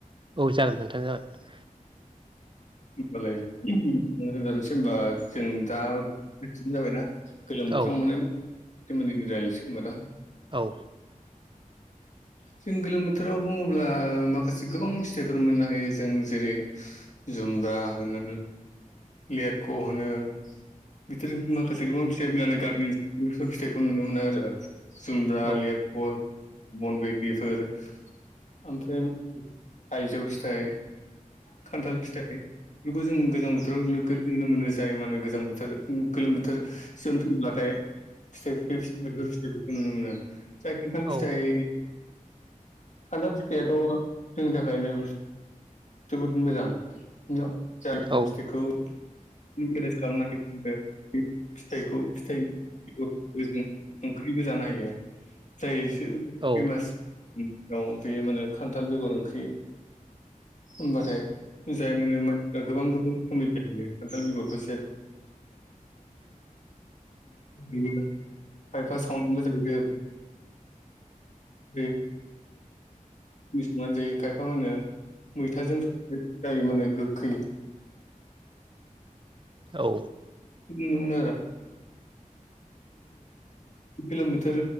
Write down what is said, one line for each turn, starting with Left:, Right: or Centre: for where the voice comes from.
Right: औ जागोन नोंथां जागोन
Left: होमबालायजनोसै होनबा <unintelligible> <unintelligible> जाबायना गोलोम बोथोराव
Right: औ
Left: मोननाय सोमोन्दै रायज्लायसिनोसै दां
Right: औ
Left: <inaudible> जों गोलोम बोथोराव बुंङोब्ला माखासे गोबां फिथाइफोर मोननो हायो जों जेरै जुमब्रा होनो लेरख' होनो <unintelligible> माखासे गोबां फिथाइ मोननानै गारमेन्स बेफोर फिथाइखौ नुनो मोनो आरो जुमब्रा
Right: औ
Left: लिरख
Right: ओ
Left: बन बैग्रिफोर ओमफ्राय थायजौ फिथाइ खान्थाल फिथाइ बेफोरखौ जों गोजां बोथोराव नोगद नुनो मोनो जायो माने गोजां बोथोर गोलोम बोथोर फैयोब्लाथाय फिथाइफोर बेफोर फिथाइफोरखौ नुनो मोनो फिथाइ खन्थाल
Right: औ
Left: फिथाइ
Right: उम
Left: खान्थाल फिथाइाथ जोंनि थाखायनो जोबोद मोजां जारि
Right: औ
Left: फिथाइखौे नों खालामनाय नुनो मोनो फिथाइखौ फिथाय जों ओंख्रिबो जानो हायो जाय
Right: औ
Left: फैमास आव बे माने खान्थाल बेगर ओंख्रि होनबाथाय जाय माने माने गोबां गोबां रोखोमनि जायो खान्थाल बेगर जेरै खायफा सावनानैबो जायो दे संनानै जायो खायफा मा होनो मैथाजों संनाय जायो मानो गोखै ओ
Right: औ
Left: नुनो मोनो आरो किल'मिटार